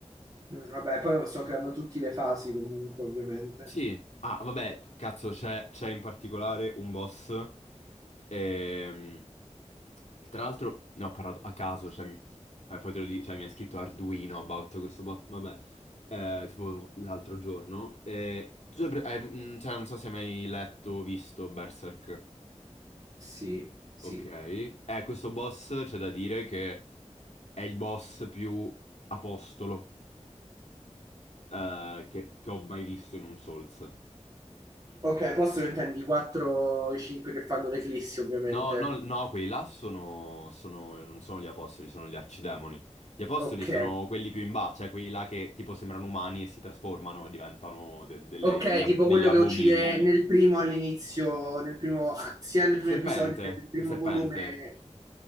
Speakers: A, on the right (about 35°); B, on the left (about 70°).
A: Mm, Vabbè, poi so che hanno tutte le fasi comunque, ovviamente.
B: Sì. Ah, vabbè, cazzo, c'è c'è in particolare un boss ehm, che tra l'altro ne ho parlato a caso, cioè, mi- eh, poi te lo dico, cioè, mi ha scritto Arduino about questo boss, vabbè, eh, tipo l'altro giorno. eh, tu hai pre- hai- mm, cioè, non so se hai mai letto o visto Berserk.
A: Sì, sì.
B: Ok, eh, questo boss c'è da dire che è il boss più apostolo eh, che, che ho mai visto in un Souls.
A: Ok, posto lo intendi 4 i 5 che fanno l'eclissi, ovviamente.
B: No, no, no, quelli là sono, sono- non sono gli apostoli, sono gli arcidemoni. Gli apostoli
A: Ok.
B: sono quelli più in basso, cioè quelli là che tipo sembrano umani e si trasformano e diventano del- delle-
A: Ok,
B: degli, ab-
A: tipo
B: degli
A: quello
B: abomini.
A: che uccide nel primo all'inizio, nel primo, ah, sia nel
B: Il
A: primo
B: serpente,
A: episodio che nel primo
B: il serpente.
A: volume.